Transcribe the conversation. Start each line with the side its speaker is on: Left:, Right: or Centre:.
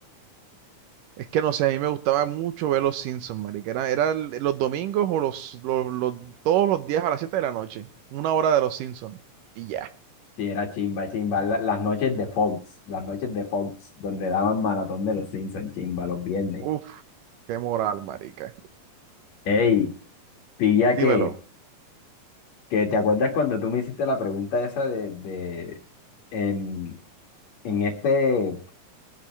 Right: Es que no sé, a mí me gustaba mucho ver los Simpsons, marica. Era, era el- los domingos o los, los, los- todos los días a las 7 de la noche. Una hora de los Simpsons. Y ya.
Left: Sí, era chimba, chimba. La- las noches de Fox, las noches de Fox, donde daban maratón de los Simpsons, chimba, los viernes.
Right: Uf, qué moral, marica.
Left: Ey, pilla que,
Right: Dímelo.
Left: que te acuerdas cuando tú me hiciste la pregunta esa de, de en, en este.